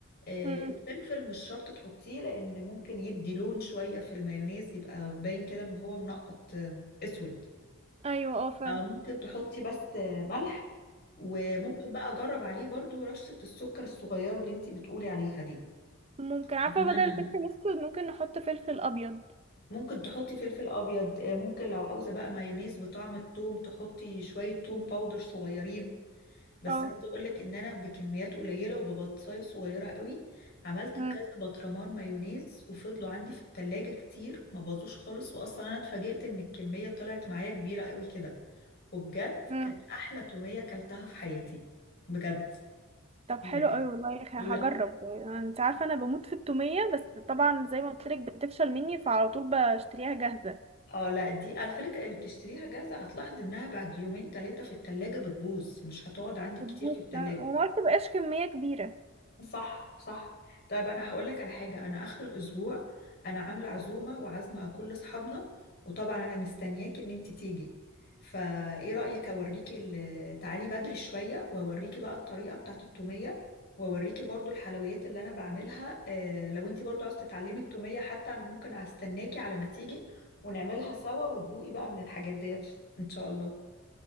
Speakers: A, on the left (about 50°); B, on the right (about 30°).
A: آه،
B: مم.
A: الفلفل مش شرط تحطيه لان ممكن يدي لون شويه في المايونيز يبقى باين كده ان هو منقط آه، اسود
B: ايوه اه فعلا
A: فممكن تحطي بس آه، ملح وممكن بقى اجرب عليه برضو رشة السكر الصغيرة اللي انتي بتقولي عليها دي
B: ممكن عارفة
A: يعني انا
B: بدل الفلفل الأسود ممكن نحط فلفل أبيض
A: ممكن تحطي فلفل ابيض آه، ممكن لو عاوزه بقى مايونيز بطعم التوم تحطي شويه توم باودر صغيرين بس
B: اه
A: عاوزه اقول لك ان انا بكميات قليله وببطايه صغيره قوي عملت
B: مم.
A: كذا برطمان مايونيز وفضلوا عندي في التلاجة كتير ما باظوش خالص واصلا انا اتفاجئت ان الكميه طلعت معايا كبيره قوي كده وبجد
B: مم.
A: كانت احلى توميه اكلتها في حياتي بجد
B: طب
A: يعني
B: حلو أوي والله ه-
A: لا
B: هجرب يعني انت عارفة أنا بموت في التومية بس طبعا زي ما قلتلك بتفشل مني فعلى طول بشتريها جاهزة
A: اه لا دي على فكرة اللي بتشتريها جاهزة هتلاحظ انها بعد يومين ثلاثة في التلاجة بتبوظ مش هتقعد عندك كتير
B: بتبوظ
A: في التلاجة
B: فعلاً. وما تبقاش كمية كبيرة
A: صح صح طيب انا هقول لك على حاجه انا اخر الاسبوع انا عامله عزومه وعازمه كل اصحابنا وطبعا انا مستنياكي ان انت تيجي فايه رايك اوريكي ال- تعالي بدري شويه واوريكي بقى الطريقه بتاعه التوميه واوريكي برضو الحلويات اللي انا بعملها آه، لو انت برضو عاوزه تتعلمي التوميه حتى انا ممكن استناكي على ما تيجي ونعملها سوا وتدوقي بقى من الحاجات ديت ان شاء الله